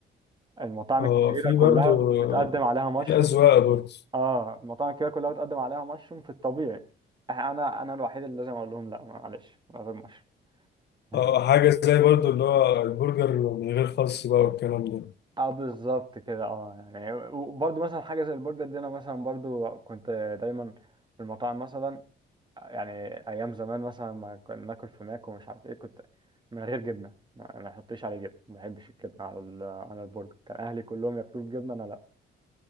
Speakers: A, on the right; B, on the left.
A: المطاعم
B: اه
A: الكبيره
B: في
A: كلها
B: برضه
A: بتقدم عليها مشروم
B: في أذواق برضه
A: اه المطاعم الكبيره كلها بتقدم عليها مشروم في الطبيعي إح- انا انا الوحيد اللي لازم اقول لهم لا معلش من غير مشروم <laughs>
B: اه حاجة زي برضو اللي هو البرجر من غير خس بقى والكلام ده
A: اه بالظبط كده اه يعني وبرضه مثلا حاجه زي البرجر دي انا مثلا برضه كنت دايما في المطاعم مثلا يعني ايام زمان مثلا ما كنا ناكل في ماك ومش عارف ايه كنت من غير جبنه ما ما يحطليش عليه جبنه ما بحبش الجبنه على ال- على البرجر كان اهلي كلهم ياكلوا الجبنه انا لا